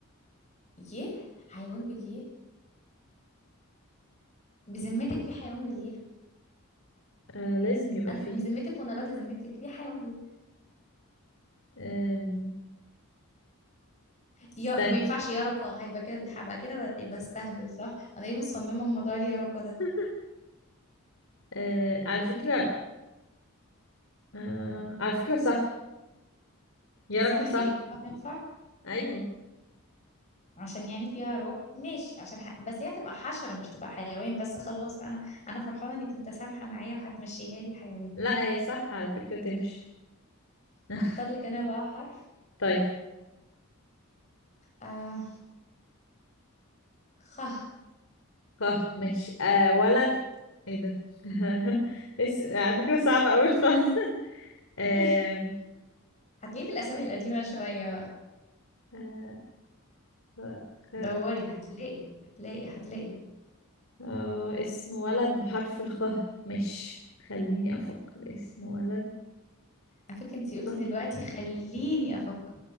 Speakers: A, on the left (about 30°); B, on the left (about 65°).
A: يه حيوان بليه بذمتك في حيوان بليه
B: آه لازم يبقى
A: انا
B: فيه
A: بذمتك وانا راضيه ذمتك في حيوان بي
B: آم،
A: يا
B: استني
A: ما ينفعش يا رقا هيبقى كده هبقى كده ب- بستهبل صح انا ليه مصممه الموضوع اللي يا رقا ده
B: <laughs> آه على فكرة آه على فكرة صح يا
A: صح
B: ركا صح
A: اللي تنفع
B: أيوة
A: عشان يعني فيها روح ماشي عشان ح... بس هي هتبقى حشره مش تبقى حيوان بس خلاص انا انا فرحانه انك متسامحه معايا وهتمشيها لي حيوان
B: لا هي صح على فكرة تمشي <laughs>
A: هختار لك انا بقى حرف
B: طيب
A: آه... خ
B: اه ماشي آه ولد ايه ده <laughs> اس... على فكرة صعبة أوي خالص <laughs> آه...
A: <laughs> هتلاقيه في الاسامي
B: خ...
A: القديمه شويه بقى
B: آه... خ... خ...
A: دوري هتلاقي هتلاقي هتلاقي
B: آه... اسم ولد بحرف الخ مش خليني أفكر اسم ولد
A: على فكره انتي
B: خ...
A: قلتي دلوقتي خليني افكر